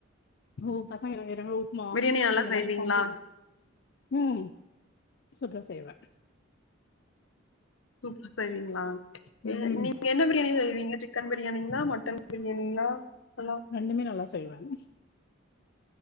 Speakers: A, on the left (about 55°); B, on the left (about 75°).
A: ஒ பசங்க <unintelligible> ரவா உப்புமா
B: பிரியாணி நல்லா
A: அந்த
B: செய்வீங்களா
A: மாரி <unintelligible> உம் சூப்ரா செய்வ
B: சூப்பர் செய்வீங்களா அ
A: ம்
B: நீங்க என்ன பிரியாணி செய்வீங் நீங்க சிக்கன் பிரியாணிங்களா மட்டன் பிரியாணிங்களா ஹலோ
A: ரெண்டுமே நல்லா செய்வாங்